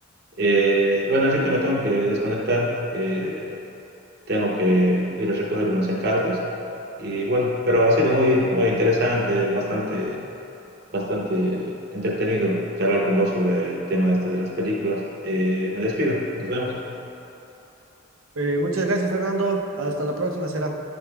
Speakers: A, on the right; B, on the right.
A: Eh, bueno, Enrique, me tengo que desconectar, eh, tengo que ir a recoger unos encargos y bueno, pero ha sido muy, muy interesante, bastante, bastante entretenido charlar con vos sobre el tema este de las películas. Eh, me despido, nos vemos.
B: Eh, muchas gracias, Fernando. Hasta la próxima, será.